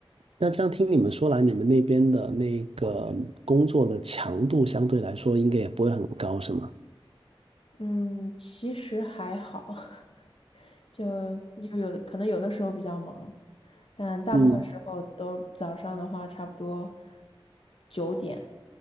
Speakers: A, on the right (about 80°); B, on the left (about 65°).
A: 那这样听你们说来，你们那边的那个工作的强度相对来说应该也不会很高，是吗？
B: 嗯，其实还好。<laughs> 就就有的可能有的时候比较忙，但大部分时候都早上的话差不多
A: 嗯
B: 九点，